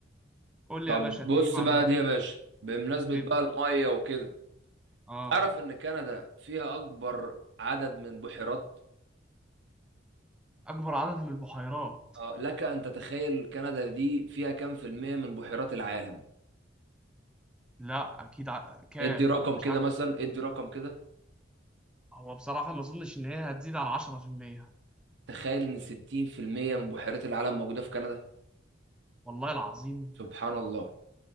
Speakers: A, in the centre; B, on the right (about 70°).
A: قول
B: طب
A: لي يا باشا
B: بص
A: اديني معلومة
B: بقى دي يا باشا بمناسبه
A: ادي
B: بقى الميه وكده
A: اه
B: تعرف ان كندا فيها اكبر عدد من بحيرات
A: اكبر عدد من البحيرات
B: آه لك ان تتخيل كندا دي فيها كام في الميه من بحيرات العالم
A: لا اكيد ع... كام
B: ادي رقم
A: ما يبقاش
B: كده
A: عدد
B: مثلا ادي رقم كده
A: هو بصراحه ما اظنش ان هي هتزيد عن 10%
B: تخيل ان 60% من بحيرات العالم موجوده في كندا
A: والله العظيم
B: سبحان الله